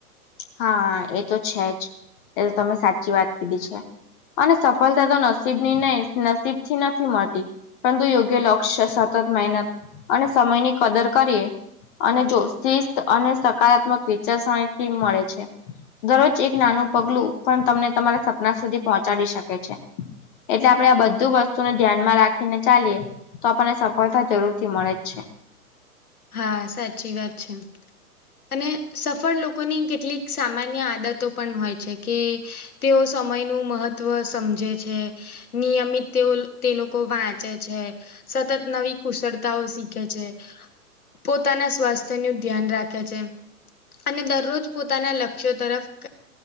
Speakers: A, on the left; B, on the left.
A: હા એ તો છે જ એ તમે સાચી વાત કીધી છે. અને સફળતા તો નસીબ નિણય નસીબ થી નથી મળતી પરંતુ યોગ્ય લક્ષ્ય સતત મહેનત અને સમયની કદર કરીએ અને જો શિસ્ત અને સકારાત્મક વિચારસરણી થી મળે દરરોજ એક નાનું પગલું પણ તમને તમારા સપના સુધી પહોંચાડી શકે છે. એટલે આપડણે આ બધું વસ્તુને ધ્યાનમાં રાખીને ચાલીએ તો આપણને સફળતા જરૂર થી મળે જ છે.
B: હા સાચી વાત છે અને સફળ લોકોની કેટલીક સામાન્ય આદત તો પણ હોય છે કે તેઓ સમય નું મહત્વ સમજે છે. નિયમિત તેઓ તે લોકો વાંચે છે. સતત નવી કુશળતાઓ શીખે છે. પોતાના સ્વાસ્થ્ય ન ધ્યાન રાખે છે અને દરરોજ પોતાના લક્ષ્યો તરફ